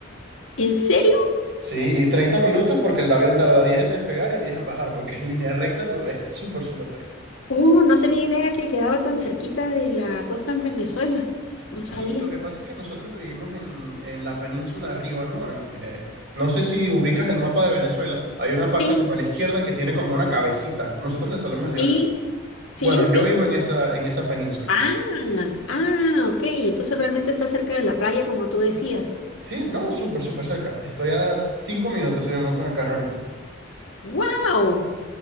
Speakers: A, on the left; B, on the right.
A: ¿en serio?
B: Sí, y 30 minutos porque el avión tarda 10 en despegar y 10 en bajar, porque en línea recta no, es súper, súper cerca.
A: Oh, no tenía idea que quedaba tan cerquita de la costa en Venezuela. No
B: Sí,
A: sabía.
B: lo que pasa es que nosotros vivimos en, en la península arriba, ¿no? En, eh, no sé si ubicas el mapa de Venezuela. Hay una parte
A: Sí,
B: como a la izquierda que tiene como una cabecita. Nosotros le solemos decir
A: sí,
B: así.
A: sí,
B: Bueno,
A: sí.
B: yo vivo en esa, en esa península.
A: Ah, ah, ok. Entonces realmente está cerca de la playa, como tú decías.
B: Sí, no, súper, súper cerca. Estoy a cinco minutos si me monto en el carro ahorita.
A: ¡Wow!